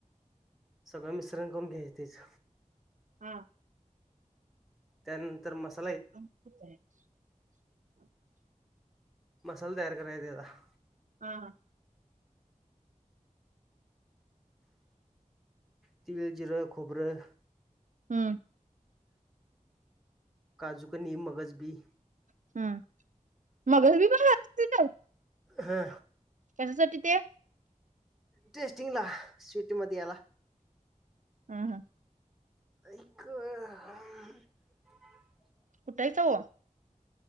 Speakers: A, in the centre; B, on the right (about 70°).
A: सगळं मिश्रण करून घ्यायच तीच
B: हा
A: त्यानंतर मस
B: <unintelligible>
A: मसाला तयार करायचा त्याचा.
B: हा हा
A: तीळ, जिरं, खोबरं
B: हम्म
A: काजूकनी मगज बी
B: <inaudible>
A: हा
B: कशासाठी ते
A: टेस्टिंगला स्वीटमध्येध्येला
B: हा हा
A: <inaudible>
B: कुठ हायस ओ